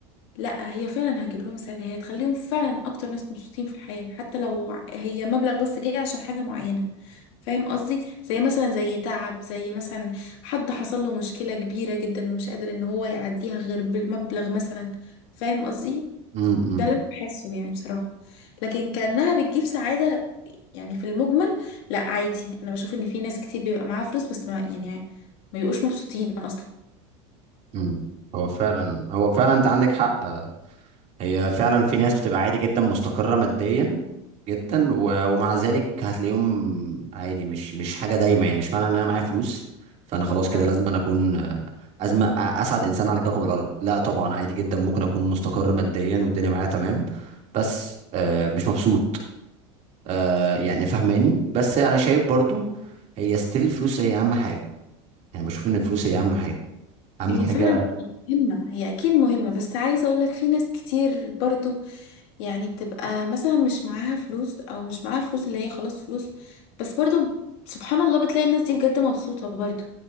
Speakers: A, on the left; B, on the right.
A: لا هي فعلا هتجيب لهم السعادة هي تخليهم فعلا أكتر ناس مبسوطين في الحياة حتى لو ع- هي مبلغ بس جاي عشان حاجة معينة فاهم قصدي زي مثلا زي تعب زي مثلا حد حصل له مشكلة كبيرة جدا ومش قادر إن هو يعديها غير بالمبلغ مثلا فاهم قصدي
B: امم، امم.
A: ده اللي أنا بحسه يعني بصراحة لكن كأنها بتجيب سعادة يعني في المجمل لا عادي أنا بشوف إن في ناس كتير بيبقى معاها فلوس بس ما يعني ما بيبقوش مبسوطين أصلا
B: مم. هو فعلا هو فعلا انت عندك حق آه، هي فعلا في ناس بتبقى عادي جدا مستقرة ماديا جدا و... ومع ذلك هتلاقيهم عادي مش مش حاجة دايمة يعني مش معنى ان انا معايا فلوس فانا خلاص كده
A: فاهمني
B: لازم أنا اكون آه، أزم... أ- اسعد انسان على كوكب الارض لا طبعا عادي جدا ممكن اكون مستقر ماديا والدنيا معايا تمام بس آه، مش مبسوط آه، يعني فهماني بس انا شايف برضو هي ستيل الفلوس هي اهم حاجة يعني بشوف ان الفلوس هي اهم حاجة اهم
A: هي
B: حاجة
A: فعلا مهمة هي أكيد مهمة بس عايزة أقولك في ناس كتير برضو يعني بتبقى مثلا مش معاها فلوس أو مش معاها فلوس اللي هي خلاص فلوس بس برضو سبحان الله بتلاقي الناس دي بجد مبسوطة برضو